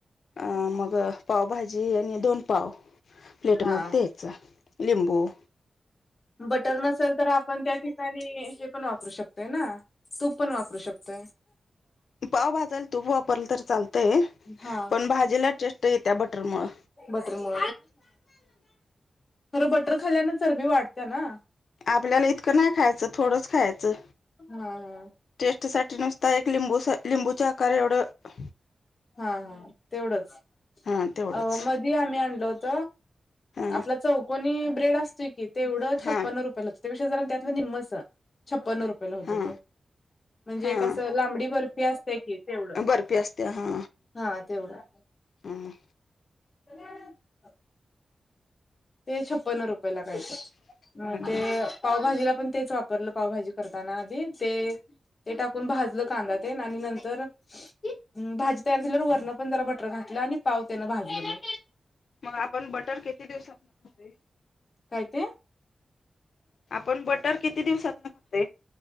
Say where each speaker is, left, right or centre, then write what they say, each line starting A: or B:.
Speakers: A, on the left (about 70°); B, on the left (about 40°).
A: अं मग पावभाजी आणि दोन पाव प्लेटमध्ये
B: हा
A: द्यायच लिंबू,
B: बटर नसेल तर आपण त्या ठिकाणी हे पण वापरू शकतोय ना. तूप पण वापरू शकतोय.
A: पाव भाजायला तूप वापरलं तर चालतंय
B: हा
A: पण भाजीला टेस्ट येत्या बटरमुळ.
B: बटर मु खरं बटर खाल्ल्यान चरबी वाढत्या ना.
A: आपल्याला इतकं नाही खायचं थोडंच खायचं.
B: हम् हम.
A: टेस्ट साठी नुसता एक लिंबू लिंबूचा आकार एवढं
B: हा हा तेवढच
A: हा तेवढंच
B: अ मधी आम्ही आणल होत.
A: हा
B: आपला चौकोनी ब्रेड असतोय की, तेवढं छप्पन्न
A: हा
B: रुपयाला त्यापेक्षा जरा त्यात निम्मच, छप्पन्न रुपयाला होतं
A: हा
B: ते म्हणजे
A: हा
B: एक असं लांबडी बरं फी असत्या की, तेवढ.
A: बर्फी असत्या हा
B: हा तेवढं
A: हम्म
B: त ते छप्पन्न रुपये ला काय तरी,
A: ह
B: मग ते पावभाजीला पण तेच वापरलं, पावभाजी करताना आधी ते ते टाकून भाजलं कांदा तेन आणि नंतर भाजी तयार झाल्यावर, वरनं पण जरा बटर घातलं आणि पाव त्यानं भाजले
A: मग आपण बटर किती दिवसात
B: काय ते?
A: आपण बटर किती दिवसात खातोय